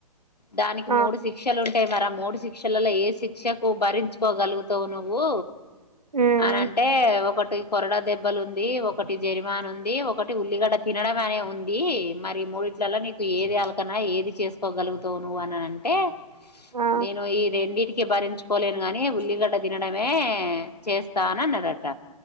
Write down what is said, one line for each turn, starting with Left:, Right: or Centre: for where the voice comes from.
Left: దానికి
Right: ఆ
Left: మూడు శిక్షలు ఉన్ అంటే మరి మూడు శిక్షలలో ఏ శిక్షకు భరించుకోగలుగుతావు నువ్వు
Right: ఉమ్
Left: అనంటే ఒకట్ టి కొరడ దెబ్బలు ఉంది ఒకటి జరిమాన్ ఉంది ఒకటి ఉల్లిగడ్డ తినడం అనే ఉంది మరి మూడిట్ ఇట్లలో నీకు ఏది అలకనా ఏది చేసుకోగలుగుతావు నువ్వు అని అంటే
Right: ఆ
Left: నేను ఈ రెండింటికి భరించుకోలేను గాని ఉల్లిగడ్డ తినడమే చేస్తా అన్నడట